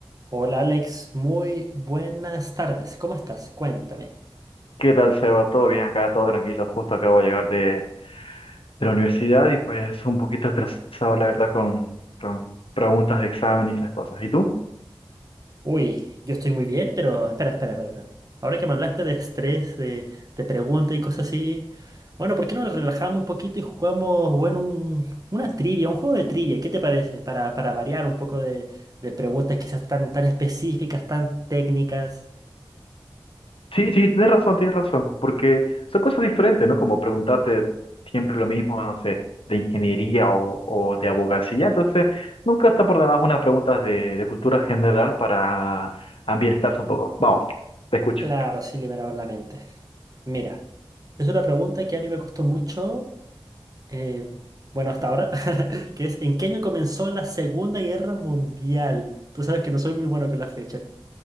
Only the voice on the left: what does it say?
¿Qué tal, Seba? ¿Todo bien acá? ¿Todo tranquilo? Justo acabo de llegar de, de la universidad y pues un poquito estresado, la verdad, con, con preguntas de examen y esas cosas. ¿Y tú?
Sí, sí, tienes razón, tienes razón, porque son cosas diferentes, ¿no? Como preguntarte siempre lo mismo, no sé, de ingeniería o, o de abogacía. Entonces, nunca está por demás unas preguntas de, de cultura general para ambientarse un poco. Vamos, te escucho.